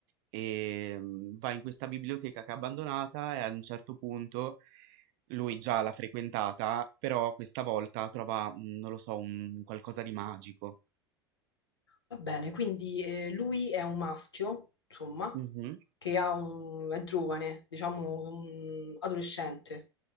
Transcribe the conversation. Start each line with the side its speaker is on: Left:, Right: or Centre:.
Right: Ehm, va in questa biblioteca che è abbandonata e a un certo punto lui già l'ha frequentata, però questa volta trova, mhmm, non lo so, un qualcosa di magico.
Left: Va bene, quindi eh, lui è un maschio, insomma,
Right: Mh-mh.
Left: che ha un- è giovane, diciamo un adolescente.